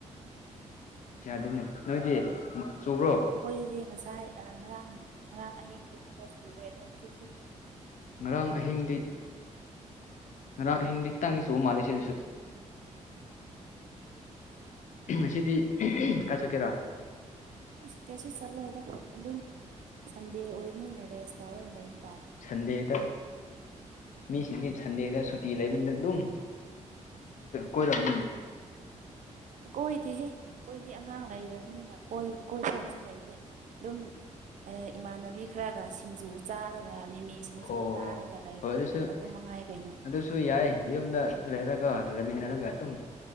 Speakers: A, on the left; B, on the right.
A: ꯌꯥꯗꯣꯏꯅꯦ ꯅꯣꯏꯗꯤ ꯆꯨꯕ꯭ꯔꯣ
B: ꯑꯩꯈꯣꯏꯁꯦ ꯉꯁꯥꯏ ꯉꯔꯥꯡ ꯉꯔꯥꯡ ꯑꯍꯤꯡꯗꯣꯛꯇꯁꯨ ꯂꯨꯔꯦ ꯑꯗꯣ ꯉꯁꯤꯁꯦ
A: ꯉꯔꯥꯡ ꯑꯍꯤꯡꯗꯤ ꯉꯔꯥꯡ ꯑꯍꯤꯡꯗꯤ ꯈꯤꯇꯪꯗꯤ ꯆꯨꯕ ꯃꯥꯜꯂꯤꯦ ꯁꯤꯗꯁꯨ ꯉꯁꯤꯗꯤ ꯀ ꯆꯠꯀꯦꯔꯥ
B: ꯑꯁ ꯀꯩꯁꯨ ꯆꯠꯂꯦꯗ ꯑꯗꯨꯝ ꯁꯟꯗꯦ ꯑꯣꯏꯅꯤꯅ ꯔꯦꯁ ꯇꯧꯔꯒ ꯂꯩꯕ ꯇꯥꯔꯦ
A: ꯁꯟꯗꯦꯗ ꯃꯤꯁꯤꯡꯗꯤ ꯁꯟꯗꯦꯗ ꯁꯨꯇꯤ ꯂꯩꯕꯅꯤꯅ ꯑꯗꯨꯝ ꯀꯣꯏꯔꯅꯤꯅꯦ
B: ꯀꯣꯏꯗꯦꯍꯦ ꯑꯩꯈꯣꯏꯗꯤ ꯑꯉꯥꯡ ꯂꯩꯔꯕꯅꯤꯅꯣꯏ ꯀꯣꯏꯐꯝꯁꯨ ꯂꯩꯇꯦ ꯑꯗꯨꯝ ꯏꯃꯥꯟꯅꯕꯤ ꯈꯔꯒ ꯁꯤꯡꯖꯨ ꯆꯥꯔꯒ ꯃꯤꯃꯤ ꯁꯤꯡꯁꯨ
A: ꯑꯣ
B: ꯆꯥꯔꯒ ꯂꯩꯕꯗꯣ
A: ꯍꯣꯏ ꯑꯗꯨꯁꯨ
B: ꯑꯗꯨ ꯑꯗꯨꯝ ꯃꯉꯥꯏ ꯀꯩꯅꯣ
A: ꯑꯗꯨꯁꯨ ꯌꯥꯏ ꯌꯨꯝꯗ ꯂꯩꯗ ꯀ ꯂꯩꯦꯃꯤꯅꯒꯌꯥ ꯇꯨ